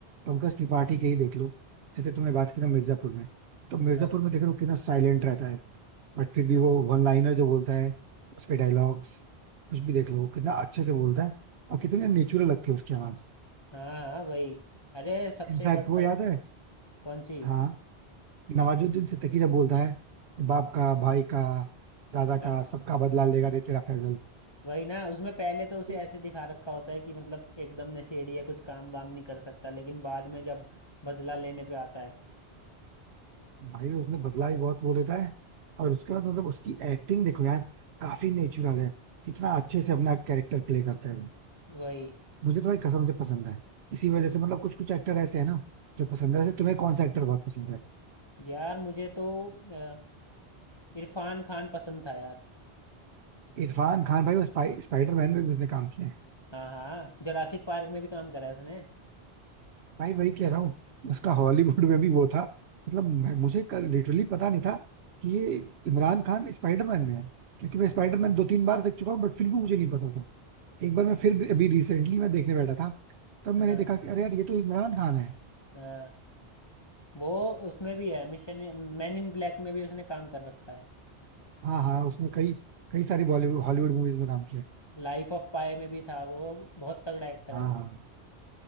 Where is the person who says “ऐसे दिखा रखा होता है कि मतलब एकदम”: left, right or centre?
Left